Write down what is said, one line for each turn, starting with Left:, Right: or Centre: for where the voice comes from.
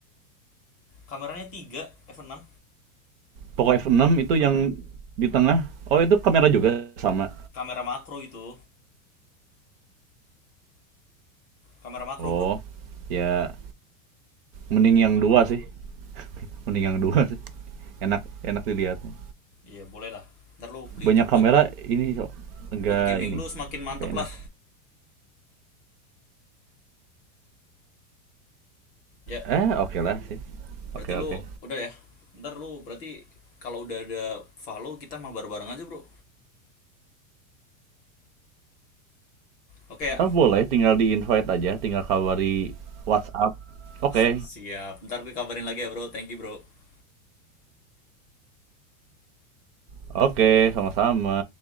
Left: kameranya 3 f enam
Right: Poco F6 itu yang di tengah. Oh, itu kamera juga sama.
Left: kamera makro itu kamera makro
Right: Oh,
Left: bro
Right: ya mending yang 2 sih. Mending yang 2 sih. Enak enak dilihatnya.
Left: iya boleh lah ntar lo beli
Right: banyak
Left: itu buat
Right: kamera ini kok enggak
Left: buat gaming
Right: ini
Left: lo semakin mantep
Right: kayak
Left: lah
Right: enak
Left: ya
Right: eh oke okay lah sih
Left: Berarti
Right: oke okay, oke
Left: lu udah ya. Ntar lu berarti kalau udah ada follow kita mabar bareng aja, Bro. Oke ya.
Right: ah boleh tinggal di invite aja tinggal kabari WhatsApp oke
Left: <laughs>
Right: okay.
Left: Siap. Ntar gue kabarin lagi ya, Bro. Thank you, Bro.
Right: oke okay, sama-sama